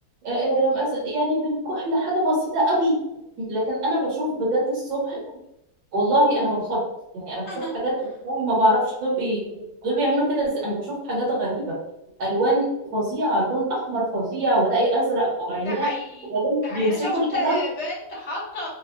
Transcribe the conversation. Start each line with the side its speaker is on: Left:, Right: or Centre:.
Right: آه، آه، مس- يعني بالكحل حاجه بسيطه قوي لكن انا بشوف بجد الصبح والله انا بتخض يعني انا بشوف
Left: <laughs>
Right: حاجات والله ما بعرفش دول بي... دول بيعملوا كده ازاي انا بشوف حاجات غريبه الوان فظيعه لون احمر فظيع والاقي ازرق فوق عينيها
Left: ده حقيقي
Right: وبعدين
Left: ده حقيقي
Right: بيمسكوا
Left: انا شفت
Right: القلم
Left: آه، بنت حاطه